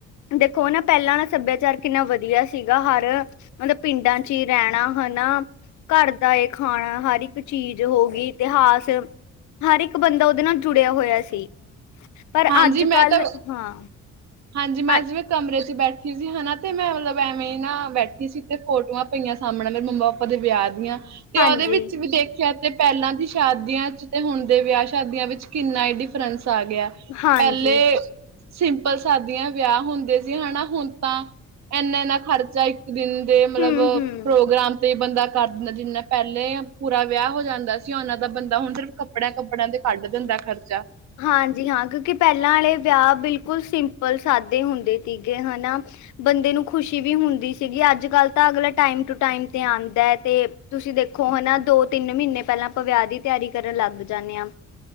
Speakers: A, on the left; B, on the right.
A: ਦੇਖੋ ਨਾ ਪੇਲਾਂ ਦਾ ਸੱਭੇਆਚਾਰ ਕਿੰਨਾ ਵਧੀਆ ਸੀਗਾ ਹਰ ਮਤਲਬ ਪਿੰਡਾਂ ਚ ਈ ਰੈਣਾ ਹਨਾ? ਘਰ ਦਾ ਏ ਖਾਣਾ ਹਰ ਇੱਕ ਚੀਜ਼ ਹੋਗੀ ਇਤਿਹਾਸ ਹਰ ਇੱਕ ਬੰਦਾ ਓਦੇ ਨਾਲ ਜੁੜੇਆ ਹੋਏਆ ਸੀ, ਪਰ
B: ਹਾਂਜੀ
A: ਅੱਜ -ਕੱਲ
B: ਮੈਂ ਤਾਂ
A: ਹਾਂ
B: ਹਾਂਜੀ ਮੈਂ
A: ਅ
B: ਜੀਵੇੈਂ ਕਮਰੇ ਚ ਬੈਠੀ ਸੀ ਹਨਾ ਤੇ ਮੈਂ ਮਤਲਬ ਐਵੇਂ ਨਾ ਬੈਠੀ ਸੀ। ਤੇ ਫੋਟਵਾ ਪਈਆਂ ਸਾਹਮਣੇ ਮੇਰੇ ਮੰਮਾ -ਪਾਪਾ ਦੇ ਵਿਆਹ ਦੀਆਂ ਤੇ
A: ਹਾਂਜੀ,
B: ਉਹਦੇ ਵਿੱਚ ਵੀ ਦੇਖੇਆ ਤੇ ਪੇਲਾਂ ਦੀ ਸ਼ਾਦੀਆਂ ' ਤੇ ਹੁਣ ਦੇ ਵਿਆਹ ਸ਼ਾਦੀਆਂ ਵਿੱਚ ਕਿੰਨਾ ਈ ਡਿਫਰੈਂਸ ਆ ਗੇਆ।
A: ਹਾਂਜੀ,
B: ਪੇਲੇ ਸਿੰ ਪਲ ਸ਼ਾਦੀਆਂ ਵਿਆਹ ਹੁੰਦੇ ਸੀ ਹਨਾ ਹੁਣ ਤਾਂ, ਏਨਾ- ਏਨਾ ਖਰਚਾ ਈ ਦਿਨ ਦੇ ਮਤਲਬ
A: ਹੂੰ-ਹੂੰ।
B: ਪ੍ਰੋਗਰਾਮ ਤੇ ਬੰਦਾ ਕਰ ਦਿੰਦਾ ਜਿੰਨਾ ਪੇਲੇ ਪੂਰਾ ਵਿਆਹ ਹੋ ਜਾਂਦਾ ਸੀ ਓਨਾਂ ਤਾ ਬੰਦਾ ਹੁਣ ਸਿਰਫ ਕੱਪੜੇਆਂ- ਕੱਪੜੇਆਂ ਤੇ ਕੱਢ ਦਿੰਦਾ ਖਰਚਾ।
A: ਹਾਂਜੀ ਹਾਂ ਕਿਉਂਕਿ ਪਹਿਲਾਂ ਵਾਲੇ ਵਿਆਹ ਬਿਲਕੁਲ ਸਿੰਪਲ ਸਾਦੇ ਹੁੰਦੇ ਸੀਗੇ ਹਨਾ? ਬੰਦੇ ਨੂੰ ਖੁਸ਼ੀ ਵੀ ਹੁੰਦੀ ਸੀਗੀ ਅੱਜ -ਕੱਲ ਤਾਂ ਅਗਲਾ ਟਾਈਮ ਟੂ ਟਾਈਮ ਤੇ ਆਂਦਾ ਐ ਤੇ ਤੁਸੀਂ ਦੇਖੋ ਹਨਾ ਦੋ ਤਿੰਨ -ਮੀਨੇ ਪੇਲਾਂ ਆਪਾ ਵਿਆਹ ਦੀ ਤਿਆਰੀ ਕਰਨ ਲੱਗ ਜਾਂਨੇ ਆ।